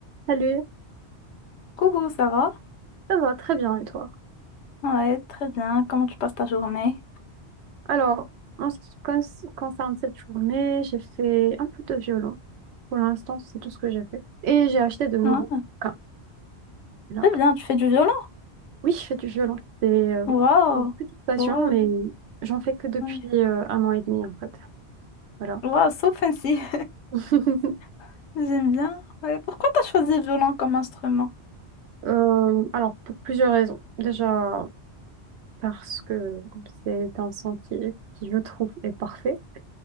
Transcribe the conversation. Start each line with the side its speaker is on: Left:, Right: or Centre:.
Right: Salut,
Left: Coucou, ça va?
Right: ça va très bien et toi?
Left: Ouais, très bien. Comment tu passes ta journée?
Right: Alors, en ce qui con- concerne cette journée, j'ai fait un peu de violon. Pour l'instant, c'est tout ce que j'ai fait. Et j'ai acheté de nouveaux
Left: Ouais,
Right: bouquins. Là.
Left: très bien. Tu fais du violon?
Right: Oui, je fais du violon. C'est euh,
Left: Waouh!
Right: une petite passion,
Left: Waouh!
Right: mais j'en fais que depuis
Left: Ouais.
Right: euh, un an et demi en fait. Voilà.
Left: Waouh, so fancy.
Right: <laughs>
Left: <laughs> J'aime bien. Ouais, pourquoi t'as choisi le violon comme instrument?
Right: Euh, alors, pour plusieurs raisons. Déjà, parce que c'est un son qui, qui, je trouve, est parfait.